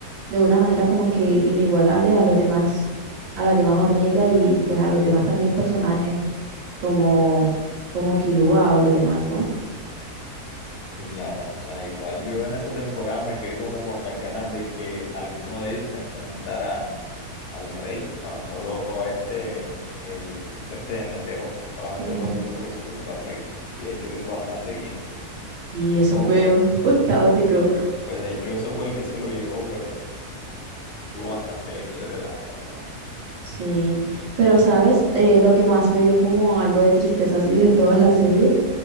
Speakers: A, on the right; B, on the left.
A: de una manera como que inigualable a los demás, a las demás hormigas y pues a los demás también personajes como, como Kilua o los demás, ¿no?
B: Sí, claro. O sea, igual yo en esa temporada me quedé como con las ganas de que alguno de ellos se enfrentara al rey. Bueno, solo este, el viejito este netero, solamente
A: Ujú.
B: fue el único que se enfrentó al rey. Y de hecho lo hizo bastante bien.
A: Y
B: Incluso,
A: eso fue
B: pues,
A: <laughs> muy caótico.
B: pues de hecho ese fue el que se lo llevó, pero estuvo bastante chévere la, la pelea.
A: Sí, pero sabes, Eh, lo que más me dio como algo de tristeza así de toda la serie